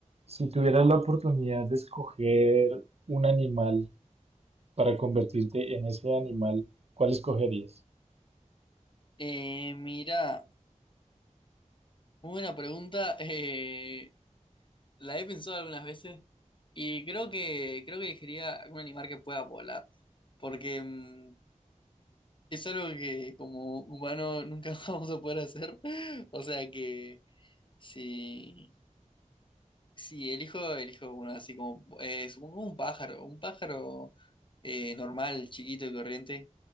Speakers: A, on the right; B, on the left.
A: Si tuvieras la oportunidad de escoger un animal para convertirte en ese animal, ¿cuál escogerías?
B: Eh, mira, muy buena pregunta. eh, la he pensado algunas veces y creo que creo que elegiría algún animal que pueda volar, porque mm, es algo que como humano nunca <laughs> vamos a poder hacer. O sea que si si elijo elijo uno así como eh, supongo un pájaro, un pájaro eh, normal, chiquito y corriente.